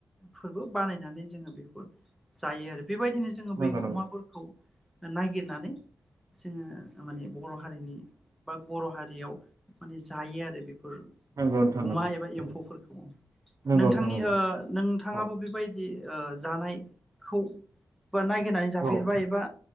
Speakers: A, in the centre; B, on the right (about 50°).
A: फोरबो बानायनानै जोङो बेखौ जायो आरो बेबायदिनो जोङो बे
B: नंगौ
A: अमाफोरखौ नागिरनानै जोङो माने बर' हारिनि बा बर' हारियाव माने जायो आरो बे फोर
B: नंगौ नंगौ
A: गुमा
B: नोंथां
A: एबा एम्फौफोरखौ
B: औ नंगौ
A: नोंथांनि
B: नोंथां नंगौ नोंथां नंगौ नोंथां नंगौ नोंथां नंगौ नोंथां नंगौ
A: ओ नोंथाङाबो
B: औ
A: बेबायदि ओ जानायखौ बा नायगिरनानै जाफेरबाय
B: औ
A: एबा